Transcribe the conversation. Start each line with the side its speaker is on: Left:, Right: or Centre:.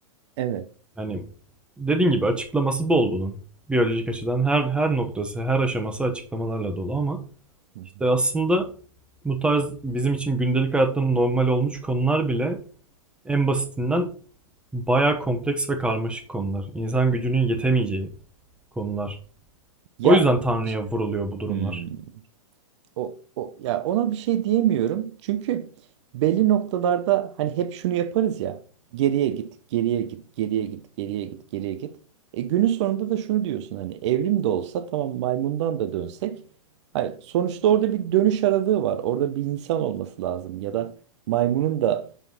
Right: Evet.
Centre: Yani dediğin gibi açıklaması bol bunun. Biyolojik açıdan her her noktası, her aşaması açıklamalarla dolu ama
Right: Hı hı.
Centre: işte aslında bu tarz bizim için gündelik hayatta normal olmuş konular bile En basitinden bayağı kompleks ve karmaşık konular. İnsan gücünün yetemeyeceği konular.
Right: Ya
Centre: O yüzden Tanrı'ya
Right: iş-
Centre: vuruluyor bu durumlar.
Right: Hmm. O, o, ya ona bir şey diyemiyorum. Çünkü belli noktalarda hani hep şunu yaparız ya. Geriye git, geriye git, geriye git, geriye git, geriye git. E günün sonunda da şunu diyorsun hani evrim de olsa tamam maymundan da dönsek. Hani sonuçta orada bir dönüş aralığı var. Orada bir insan olması lazım ya da maymunun da